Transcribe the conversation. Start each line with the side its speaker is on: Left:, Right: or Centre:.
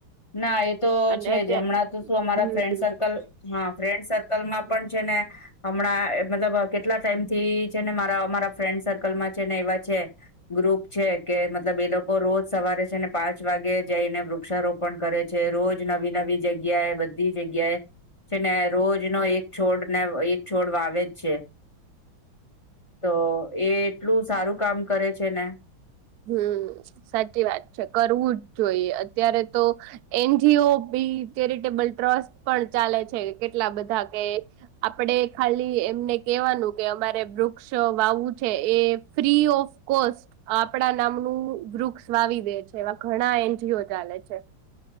Left: ના એ તો
Right: અને
Left: છે
Right: અત્યારે
Left: જ હમણાં તો શું અમારા
Right: હમ
Left: ફ્રેન્ડ સર્કલ હા ફ્રેન્ડ સર્કલમાં પણ છે ને હમણાં અહ મતલબ કેટલા ટાઈમ થી છે ને મારા અમારા ફ્રેન્ડ સર્કલમાં છે ને એવા છે ગ્રુપ છે કે મતલબ એ લોકો રોજ સવારે છે ને પાંચ વાગે જાયને વૃક્ષારોપણ કરે છે રોજ જે નવી નવી જગ્યાએ બધી જગ્યાએ છે ને રોજ નો એક છોડ ને એક છોડ વાવે જ છે. તો એ એટલું સારું કામ કરે છે ને
Right: હમ્મ, સાચી વાત છે કરવું જ જોઈ અત્યારે તો એનજીઓ બી ચેરિટેબલ ટ્રસ્ટ પણ ચાલે છે કેટલા બધા કે આપડે ખાલી એમને કેવાનું કે અમારે વૃક્ષ વાવું છે એ ફ્રી ઓફ કોસ્ટ આપણા નામનું વૃક્ષ વાવી દે છે એવા ઘણા એનજીઓ ચાલે છે.